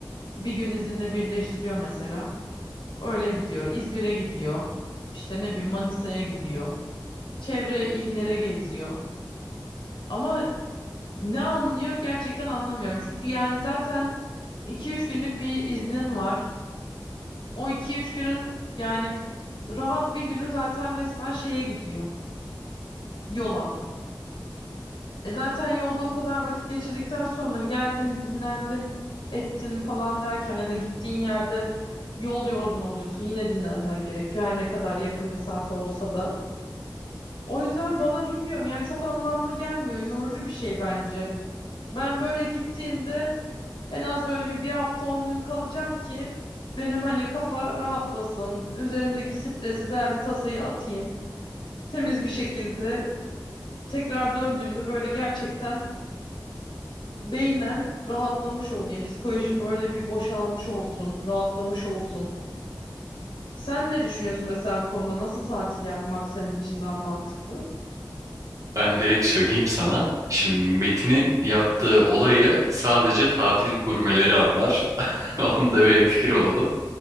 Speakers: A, on the left; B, on the right.
A: Bir gün izinle birleştiriyor mesela. Öyle gidiyor. İzmir'e gidiyor. İşte ne bileyim Manisa'ya gidiyor. Çevre illere geziyor. Ama ne anlıyor gerçekten anlamıyorum. Çünkü yani zaten iki üç günlük bir iznin var. O iki üç günün yani rahat bir günü zaten resmen şeye gidiyor. Yola. E zaten yolda o kadar vakit geçirdikten sonra geldin, dinlendin, ettin falan derken ya da gittiğin yerde yol yorgunu oluyorsun. Yine dinlenmen gerekiyor her ne kadar yakın mesafe olsa da. O yüzden bana bilmiyorum yani çok anlamlı gelmiyor. Yorucu bir şey bence. Ben böyle gittiğimde en az böyle bir, bir hafta 10 gün kalacağım ki benim hani kafa rahatlasın. Üzerimdeki stresi, derdi, tasayı atayım. Temiz bir şekilde tekrar döndüğümde böyle gerçekten beynen rahatlamış olayım. Psikolojim böyle bir boşalmış olsun, rahatlamış olsun. Sen ne düşünüyorsun mesela bu konuda? Nasıl tatil yapmak senin için daha mantıklı?
B: Ben direkt söyleyeyim sana. Şimdi Metin'in yaptığı olayı sadece tatil gurmeleri anlar. <laughs> Onda bir hemfikir olalım.